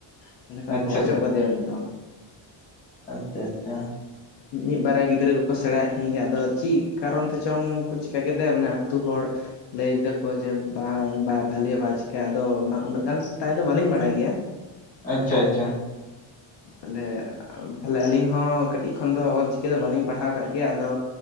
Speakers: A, on the left (about 60°); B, on the left (about 15°).
A: ᱛᱟᱦᱚᱞᱮ ᱠᱷᱟᱱ
B: ᱟᱪᱪᱷᱟ
A: ᱠᱚ ᱚᱪᱚᱜ ᱠᱟᱫᱮᱭᱟ ᱩᱱᱤ ᱫᱚ
B: ᱟᱪᱪᱷᱟ ᱟᱪᱪᱷᱟ
A: ᱢᱤᱫ ᱵᱟᱨᱭᱟ ᱜᱤᱫᱽᱨᱟᱹ ᱠᱚᱠᱚ ᱥᱮᱬᱟᱭᱮᱫ ᱛᱟᱦᱮᱱ ᱜᱮᱭᱟ ᱟᱫᱚ ᱪᱮᱫ ᱠᱟᱨᱚᱱ ᱛᱮ ᱪᱚᱝ ᱠᱚ ᱪᱤᱠᱟᱹ ᱠᱮᱫᱮᱭᱟ ᱢᱟᱱᱮ ᱟᱹᱛᱩ ᱦᱚᱲ ᱞᱟᱹᱭ ᱫᱟᱠᱚ ᱡᱮ ᱵᱟᱭ ᱵᱟᱭ ᱵᱷᱟᱞᱮᱭᱟ ᱪᱤᱠᱟᱭ ᱟᱫᱚ ᱚᱱᱟ ᱩᱱᱟᱹᱜ ᱜᱟᱱ ᱛᱟᱭ ᱫᱚ ᱵᱟᱹᱞᱤᱧ ᱵᱟᱲᱟᱭ ᱜᱮᱭᱟ
B: ᱟᱪᱪᱷᱟ ᱟᱪᱪᱷᱟ
A: ᱛᱟᱦᱚᱞᱮ, ᱛᱟᱦᱚᱞᱮ ᱟᱹᱞᱤᱧ ᱦᱚᱸ ᱠᱟᱹᱴᱤᱡ ᱠᱷᱚᱱ ᱫᱚ ᱚᱞᱪᱤᱠᱤ ᱫᱚ ᱵᱟᱹᱞᱤᱧ ᱯᱟᱲᱦᱟᱣ ᱠᱟᱜ ᱜᱮᱭᱟ ᱟᱫᱚ,